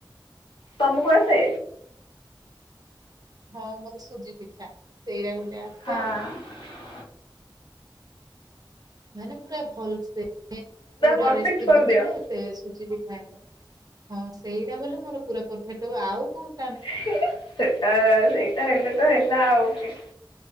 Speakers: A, on the left; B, on the right.
A: ତମକୁ ଆସେ।
B: ହଁ ମତେ ସୁଜି ପିଠା ସେଇଟା
A: ହଁ।
B: ଆସେ ଆଉ ମାନେ ପୁରା ଭଲ ସେ। ପୁରା
A: ପରଫେକ୍ଟ
B: ରେସିପି
A: କରିଦିଅ
B: ଗଲେ ସେ ସୁଜି ପିଠା ହଁ ସେଇଟା ବଲି ମୋର ପୁରା ପରଫେକ୍ଟ ହବ ଆଉ କଣ?
A: ସେ ଅ ସେଇଟା ଏଲ ତ ଏଲା ହି